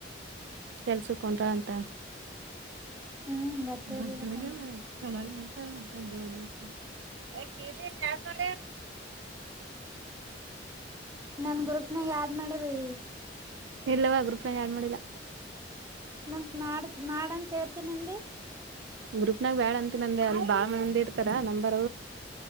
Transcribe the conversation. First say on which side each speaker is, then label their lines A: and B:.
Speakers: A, on the right (about 70°); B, on the right (about 15°).
A: ಕೆಲ್ಸಕಂಟ್ರ ಅಂತ.
B: ಹ್ಮ್ ಬರ್ತೇಲಿಲ್ಲ
A: ಬಂಗಲಗೆ
B: ಕುಂತ
A: ಚಳಾಗಿ ಮ. ಹಾ ಎ್. ಯಾಕೆ ಇ ಯ.
B: ನನ್ ಗ್ರೂಪ್ನಾಗ ಆಡ್ ಮಾಡಿದಿ.
A: ಇಲ್ಲವಾ ಗ್ರೂಪ್ನಾಗ ಯಡ್ ಮಾಡಿಲ್ಲ.
B: ಮತ್ ಮಾಡ ಮಾಡಂತ ಹೇಳ್ತೇ ನಂದ.
A: ಗ್ರೂಪ್ನಾಗ ಬ್ಯಾಡ ಅಂತಿ ನಂದೆ ಅಲ್ಲಿ ಬಾಳ ಮಂದಿರ್. ನಂಬರ್.